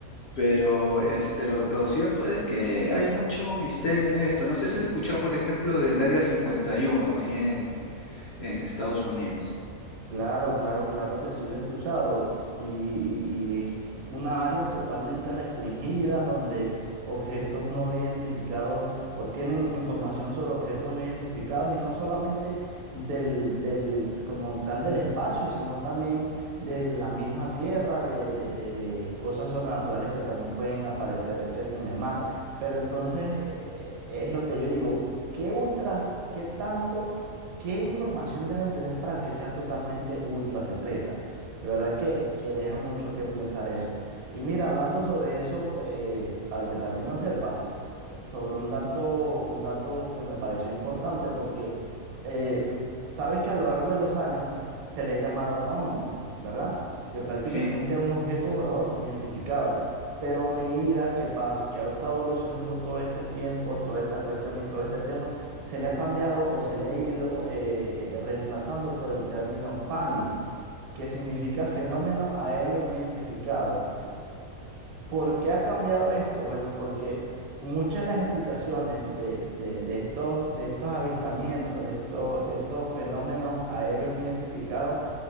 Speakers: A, on the left (about 65°); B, on the right (about 80°).
A: Pero este, lo, lo cierto es que hay mucho misterio en esto. No sé si has escuchado, por ejemplo, del Área 51 ahí en, en Estados Unidos.
B: Claro, claro, claro que sí lo he escuchado. Y, y- y es que una área totalmente restringida donde objetos no identificados o tienen información sobre objetos no identificados y no solamente del, del, como tal del espacio, sino también de la misma tierra, de, de, de- de cosas sobrenaturales que también pueden aparecer, que si en el mar. Pero entonces eh, es lo que yo digo, ¿qué ultras, qué tanto? ¿Qué información deben tener para que sea totalmente ultra secreta? De verdad que, que deja mucho que pensar eso. Y mira, hablando sobre eso, eh, para que también lo sepas, sobre un dato, un dato que me pareció importante, porque eh, sabes que a lo largo de los años se le ha llamado OVNI, ¿verdad? Que prácticamente
A: Sí.
B: es un objeto volador no identificado. Pero a medida que pasa, que ha estado evolucionando todo este tiempo, toda esta cuestión y todo este tema, se le ha cambiado o se le ha ido eh, reemplazando por el término FANI, que significa fenómeno aéreo no identificado. ¿Por qué ha cambiado esto? Bueno, porque muchas de las explicaciones de, de- de estos, de estos avistamientos, de estos, de estos fenómenos aéreos no identificados,